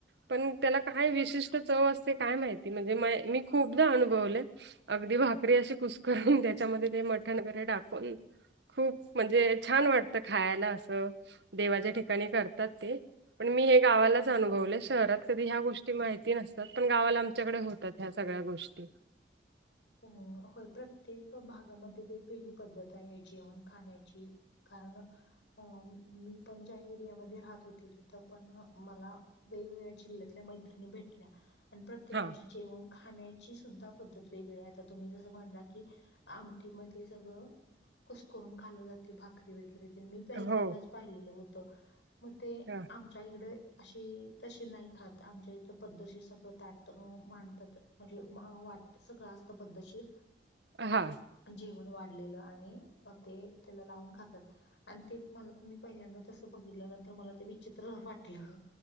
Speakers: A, on the right (about 70°); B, on the left (about 80°).
A: पण त्याला काय विशिष्ट चव असते काय माहिती म्हणजे मी खूपदा अनुभवले. अगदी भाकरी अशी कुसकरून त्याच्यामध्ये ते मठण वगैरे टाकवून. खूप म्हणजे छान वाटतं खायला असं. देवाच्या ठिकाणी करतात ते पण मी हे गावालाच
B: अच्छा.
A: अनुभवले शहरात. कधी ह्या गोष्टी माहिती नसतात पण गावाला आमच्याकडे होतात ह्या सगळ्या गोष्टी.
B: अ होय प्रत्येक भागामध्ये वेगवेगळी पद्धत आहे जेवण खाण्याची. कारण अ मी पण ज्या एरियामध्ये राहत होते तिथं पण मला. वेगवेगळ्या जिल्हतल्या मैत्रिणी भेटल्या आणि प्रत्येका
A: हा
B: जेवण खाण्याची सुद्धा पद्धत. वेगळे आता तुम्ही जसं म्हणला कि आमटीमध्ये सगळं. कुसकरून खाल जाते भाकरी वगैरे. मी पहिल्यांदाच
A: हो
B: पाहिलेलं होत मग ते
A: हा
B: आम आमच्या इकडे अशी तशी नाही खात आमच्या इथ पद्धशी सगळं ताटत मांडतात. म्हणजे व वाटत सगळं असत पद्धशीर.
A: हा.
B: जेवण वाढलेलं आणि ते त्याला लावून खातात. आणि ते म मी पहिल्यांदा तसं बघितलं नंतर मला ते विचित्र वाटलं.